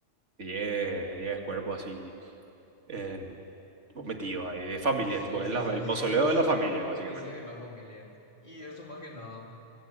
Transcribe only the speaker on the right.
10, 10 cuerpos así en, tipo, metidos ahí, de familia,
tipo,
es la-
el
mausoleo de la familia, básicamente.